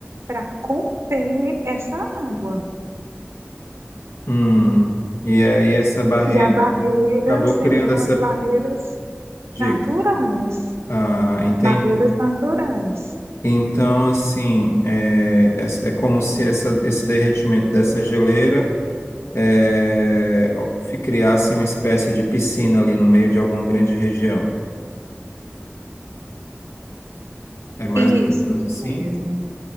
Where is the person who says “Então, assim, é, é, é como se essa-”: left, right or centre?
Left